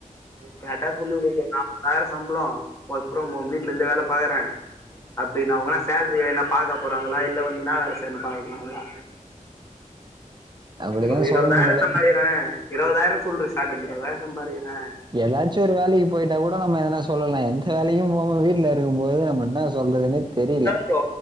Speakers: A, on the left; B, on the right.
A: ப்ரோ கேட்டா சொல்லிவுடு ப்ரோ நாப்பதாய்ரோ சம்ப்ளோ ஒர்க் ஃப்ரம் ஹோம் வீட்லிந்தே வேல பாக்கற அப்டின்னா அவுங் என்னா சேல்ரிய வேணா பாக்க போறாங்ளா இல்ல வந்து இன்னா வேல செய்றன்னு பாக்க போறங்களா
B: அப்டிதா
A: ஒரு இருவதாய்ரோ
B: சொல்லணு போல
A: சம்பாரிக்கிற இருவதாய்ரோன் சொல்ரு ஸ்டாட்டிங் இருவதாய்ரோ சம்பாரிக்கிற
B: எதாச்சு ஒரு வேலைக்கி போய்ட்டா கூட நம்ம எதனா சொல்லலா எந்த வேலைக்கு போகமா வீட்லருக்கும்போது நம்ம இன்ன சொல்றதுன்னே தெரீல
A: இப்போ